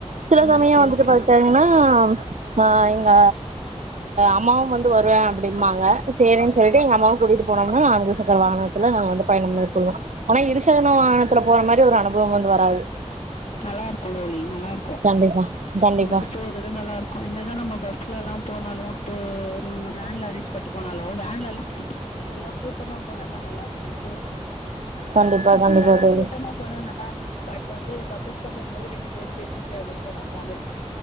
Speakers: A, on the right (about 80°); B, on the left (about 70°).
A: சில சமய
B: ஓகே
A: வந்துட்டு
B: ஓகே
A: பாத்தங்னா அ எங்க அம்மாவு வந்து வருவ அப்டிம்மாங்க சேரின் சொல்ட்டு எங்கம்மாவ் கூடிட் போனவ்க அங்கஸ் சக்கர வாகனத்ல நாங்க வந்து பயணம் மேற்கொள்வோ ஆனா இருசக்ன வாகனத்ல போற மாரி ஒரு அனுபவம் வந்து வராது
B: நல்லாருக்கு தோழி நல்லார்க்கு
A: கண்டிப்பா கண்டிப்பா
B: மரி போறது நல்லாருக்கு என்னதா நம்ம பஸ்லலா போனாலு இப்ப ஒரு வேன்ல அரேஞ்ச் பண்ணிட்டு போனாலோ வேன்லலா எல்லா கூட்டமா போனாதா நல்லாருக்கு டூருக்கு
A: கண்டிப்பா
B: சுற்றுலாலா
A: கண்டிப்பா தோழி
B: கூட்டமா போனா நல்லாருக்கு பட் வந்து தப் கூட்டமா போம்போது ரெண்டு பேரு பேசிட்டே அப்டியே போனாலு ஜாலியாருக்